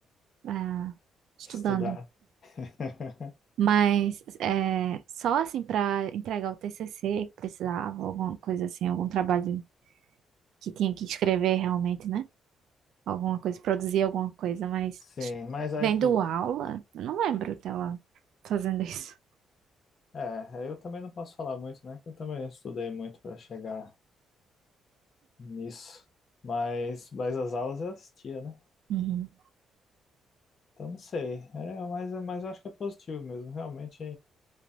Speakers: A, on the right (about 75°); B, on the left (about 50°).
A: ah, estudando.
B: estudar. <laughs>
A: Mas é, só assim para entregar o TCC que precisava, alguma coisa assim, algum trabalho que tinha que escrever realmente, né? Alguma coisa, produzir alguma coisa, mas
B: Sim, mas aí,
A: vendo
B: pô,
A: aula, eu não lembro dela fazendo isso.
B: é, eu também não posso falar muito, né? que Eu também estudei muito para chegar nisso, mas, mas as aulas eu assistia, né?
A: Uhum.
B: Então não sei, é, mas, mas eu acho que é positivo mesmo, realmente